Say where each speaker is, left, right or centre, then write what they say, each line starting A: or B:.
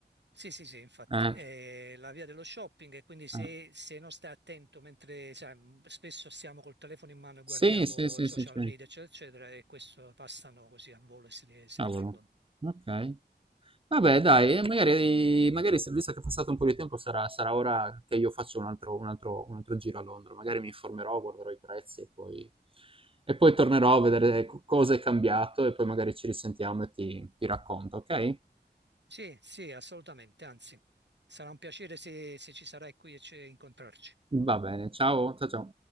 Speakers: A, on the right (about 80°); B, on the right (about 30°).
A: Sì, sì, sì, infatti,
B: Eh.
A: è la via dello shopping e quindi se,
B: Eh.
A: se non stai attento mentre sai, mh, spesso siamo col telefono in mano e guardiamo
B: Sì, sì, sì,
A: i social
B: sì, c'è.
A: media, eccetera, eccetera, e questo passano così a volo e se li, se
B: Cavolo.
A: li prendono.
B: Ok. Vabbè, dai,
A: Ah,
B: eh, magari, magari se- visto che è passato un po' di tempo, sarà, sarà ora che io faccio un altro, un altro- un altro giro a Londra. Magari mi informerò, guarderò i prezzi e poi, e poi tornerò a vedere co- cosa è cambiato e poi magari ci risentiamo e ti ti racconto, ok?
A: sì, sì, assolutamente, anzi, sarà un piacere se, se ci sarai qui e ci incontrarci.
B: Va bene, ciao, ciao ciao.